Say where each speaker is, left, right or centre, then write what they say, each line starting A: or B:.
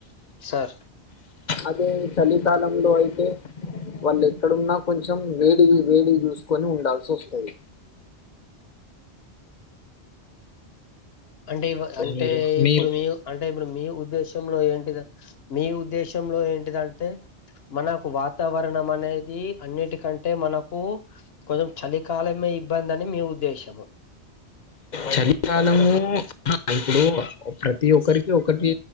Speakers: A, on the left; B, on the left.
A: సార్
B: అదే చలికాలంలో అయితే వాళ్ళు ఎక్కడున్నా కొంచెం వేడి వేడి చూసుకొని ఉండాల్సి వస్తది
A: అంటే ఇ అంటే
B: మీరు
A: ఇప్పుడు
B: మీరు
A: మీ అంటే ఇప్పుడు మీ ఉద్దేశం ంలో ఏంటిది మీ ఉద్దేశంలో ఏంటిదంటే మనకు వాతావరణం అనేది అన్నిటికంటే మనకు కొంచెం చలికాలమే ఇబ్బందని మీ ఉద్దేశ్యము
B: చలికాలము ఇప్పుడు ప్రతి ఒక్కరికి ఒకటి